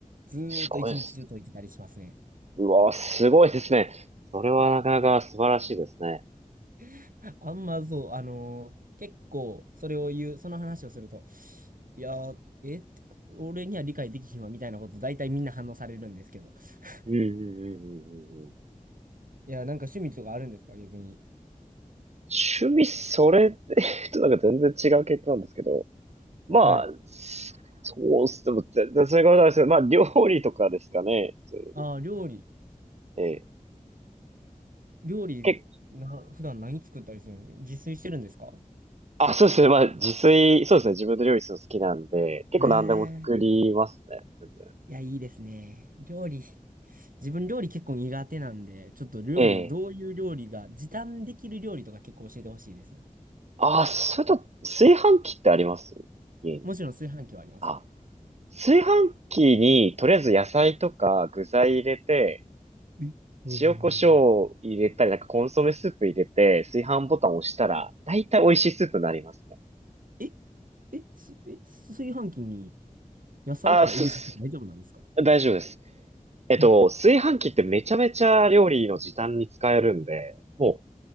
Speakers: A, on the right; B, on the right.
A: ずーっと一日中解いてたりしますね。
B: すごいですね。うわ、すごいですね。それはなかなか素晴らしいですね。
A: <laughs> あんまそう、あのー結構、それを言う、その話をすると、いやー、えって、俺には理解できひんわ、みたいなこと、大体みんな反応されるんですけど。<laughs>
B: うんうんうんうんうんうん。
A: いや、なんか趣味とかあるんですか逆に。
B: 趣味、それって、<laughs> ちょっとなんか全然違う系統なんですけど。まあ、
A: はい。
B: そうっす。でも全然そういうことないですけど、まあ、料理とかですかね。そういう
A: ああ、料理。
B: のええ。
A: 料理、
B: 結
A: な、普段何作ったりするの自炊してるんですか
B: あ、そうですね。まあ、自炊、そうですね。自分で料理するの好きなんで、結構何でも作りますね。
A: ええ
B: 全然。
A: いや、いいですね。料理。自分料理結構苦手なんで、ちょっと料理、
B: ええ。
A: どういう料理が、時短できる料理とか結構教えてほしいですね。
B: あ、それと、炊飯器ってあります家に。
A: もちろん炊飯器はありますよ。
B: あ、炊飯器に、とりあえず野菜とか具材入れて、
A: えほうほうほうほう
B: 塩コショウを入れたり、なんかコンソメスープ入れて、炊飯ボタンを押したら、だいたい美味しいスープになりますね。
A: え、え、す、え、炊飯器に野菜とか入れちゃって大丈夫なんですか
B: あ、す、す大丈夫です。えっと、
A: え、
B: 炊飯器ってめちゃめちゃ料理の時短に使えるんで、もう、